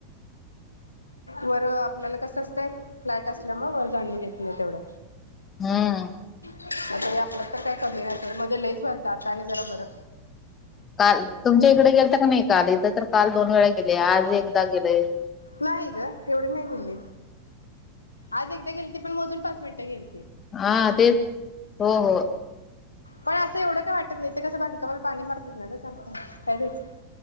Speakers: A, on the left (about 80°); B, on the left (about 25°).
A: वर आपल्याला कसं असतंय फ्लाॅट असल्यामुळे वर जाणून येत नाय तेवढा
B: हूं
A: तरी आपल्या तर काय कमी नाहीतर मध्ये लईच व्यालत आता आणि जरा बरं
B: काल तुमच्या इकडे गेलत का नाही काल इथं तर काल दोन वेळा गेलय आज एकदा गेलंय
A: नाही ग एवढी नाही गेली. आज एकदा गेलती पण मोजून पाच मिनटं गेली
B: हा तेच हो हो
A: पण असं एवढं काय वाटत नाही ते कसं बांधकामाला पाणी मारतात ना ग सारखं काय घायच